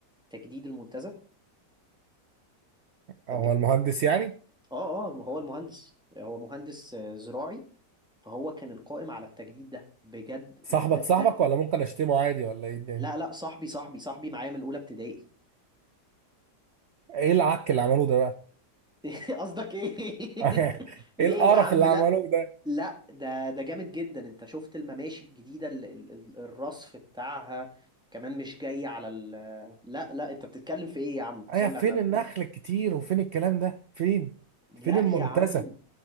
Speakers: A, in the centre; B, on the right.
A: تجديد المنتزه ده
B: هو
A: بجد
B: المهندس يعني
A: اه اه ما هو المهندس هو مهندس آه، زراعي فهو كان القائم على التجديد ده بجد
B: صاحبك
A: يعني ده
B: صاحبك
A: ده
B: ولا ممكن اشتمه عادي ولا ايه الدنيا
A: لا لا صاحبي صاحبي صاحبي معايا من اولى ابتدائي
B: ايه العك اللي عملوه ده بقى
A: <laughs> قصدك ايه
B: <laughs>
A: <laughs> ليه
B: ايه القرف
A: يا عم
B: اللي عملوه
A: لا
B: ده
A: لا ده ده جامد جدا انت شفت المماشي الجديده ال- ال- ال- الرصف بتاعها كمان مش جاي على ال لا لا انت بتتكلم في ايه يا عم صلي
B: ايه فين
A: على النبي
B: النخل
A: الله
B: الكتير وفين الكلام ده فين
A: لا
B: فين المنتزه
A: يا عم